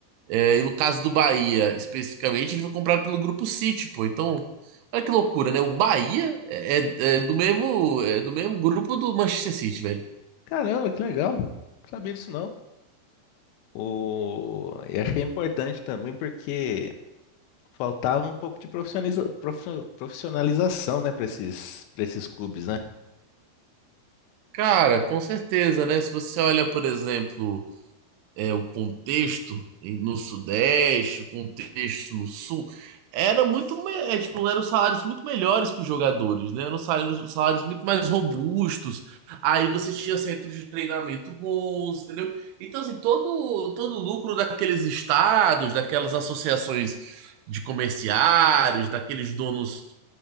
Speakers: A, on the right (about 80°); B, on the left (about 85°).
A: É, e no caso do Bahia, especificamente, ele foi comprado pelo Grupo City, pô. Então, olha que loucura, né? O Bahia é, é- é do mesmo, é do mesmo grupo do Manchester City, velho.
B: Caramba, que legal. Não sabia disso não. O... E acho é importante também porque faltava um pouco de profissionaliza... profi- profissionalização, né, para esses, para esses clubes, né?
A: Cara, com certeza, né? Se você olha, por exemplo. é, o contexto em- no Sudeste, o contexto no Sul, era muito, me- é, tipo, eram salários muito melhores para os jogadores, né? Eram salários, salários muito mais robustos. Aí você tinha centros de treinamento bons, entendeu? Então, assim, todo, todo o lucro daqueles estados, daquelas associações de comerciários, daqueles donos